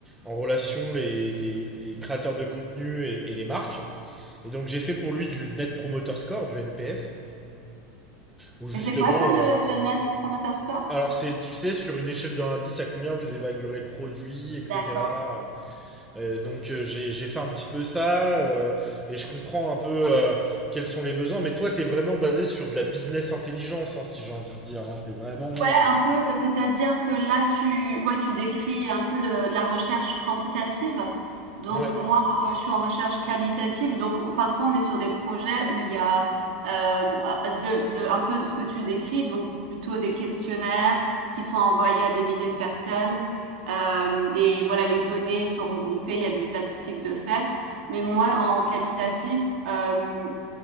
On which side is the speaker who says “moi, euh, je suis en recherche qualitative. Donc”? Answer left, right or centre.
Right